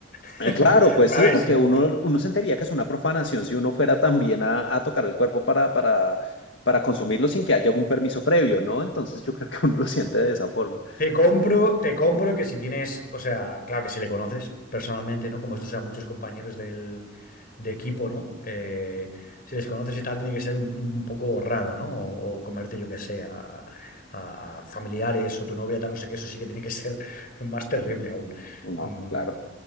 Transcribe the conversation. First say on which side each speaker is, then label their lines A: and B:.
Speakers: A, on the left (about 50°); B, on the left (about 65°).
A: <laughs>
B: Eh, claro, pues
A: Hombre,
B: sí,
A: a ver,
B: porque
A: si...
B: uno, uno sentiría que es una profanación si uno fuera también a, a tocar el cuerpo para, para, para consumirlo sin que haya algún permiso previo, ¿no? Entonces yo creo que uno lo siente de esa forma.
A: Te compro, te compro que si tienes, o sea, claro que si le conoces personalmente, ¿no? Como estos sean muchos compañeros del, de equipo, ¿no? Eh, si les conoces y tal, tiene que ser un, un poco raro, ¿no? O, o comerte, yo que sé, a, a familiares o tu novia, tal, no sé qué, eso sí que tiene que ser <laughs> más terrible aún.
B: No,
A: Mm,
B: claro.